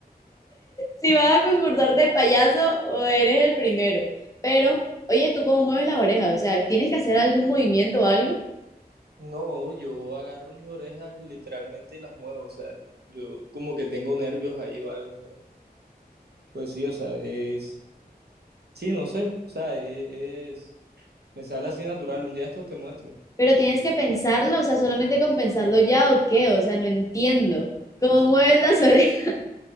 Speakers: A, on the left (about 20°); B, on the right (about 80°).
A: Si vas a concursar de payaso, o eres el primero. Pero, oye, ¿tú cómo mueves las orejas? O sea, ¿tienes que hacer algún movimiento o algo?
B: No, yo agarro mis orejas literalmente y las muevo, o sea, yo como que tengo nervios ahí o algo, mira. Pues sí, o sea, es... Sí, no sé, o sea, e- es... Me sale así natural, un día estos te muestro,
A: Pero tienes que pensarlo, o sea, solamente con pensarlo ya o qué, o sea, no entiendo. ¿Cómo mueves las orejas? <laughs>